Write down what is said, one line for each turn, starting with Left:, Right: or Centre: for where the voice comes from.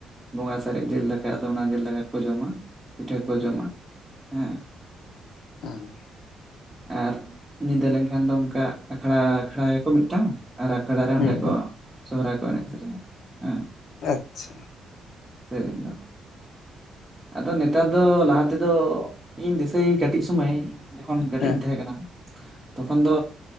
Centre: ᱵᱚᱸᱜᱟ ᱥᱟᱨᱮᱡᱽ ᱡᱤᱞ ᱫᱟᱠᱟ ᱟᱫᱚ ᱚᱱᱟ ᱡᱤᱞ ᱫᱟᱠᱟ ᱠᱚ ᱡᱚᱢᱟ ᱯᱤᱴᱷᱟᱹ ᱠᱚ ᱡᱚᱢᱟ ᱦᱮᱸ
Left: ᱦᱮᱸ
Centre: ᱟᱨ ᱧᱤᱫᱟᱹ ᱞᱮᱱᱠᱷᱟᱱ ᱫᱚ ᱚᱱᱠᱟ ᱟᱠᱷᱲᱟ ᱟᱠᱷᱲᱟᱭᱟᱠᱚ ᱢᱤᱫᱴᱟᱝ ᱟᱨ ᱟᱠᱷᱲᱟ ᱨᱮ
Left: ᱦᱩᱸ
Centre: ᱚᱸᱰᱮ ᱠᱚ ᱥᱚᱦᱨᱟᱭ ᱠᱚ ᱮᱱᱮᱡ ᱥᱮᱨᱮᱧᱟ ᱦᱮᱸ
Left: ᱟᱪᱪᱷᱟ
Centre: ᱥᱮᱸᱜ ᱨᱤᱱ ᱫᱚ ᱟᱫᱚ ᱱᱮᱛᱟᱨ ᱫᱚ ᱞᱟᱦᱟ ᱛᱮᱫᱚ ᱤᱧ ᱫᱤᱥᱟᱹᱭ ᱠᱟᱹᱴᱤᱡᱽ ᱥᱚᱢᱟᱹᱭ ᱡᱚᱠᱷᱚᱱ ᱠᱟᱹᱴᱤᱡᱽ
Left: ᱦᱮᱸ
Centre: ᱤᱧ ᱛᱟᱦᱮᱸ ᱠᱟᱱᱟ ᱛᱚᱠᱷᱚᱱ ᱫᱚ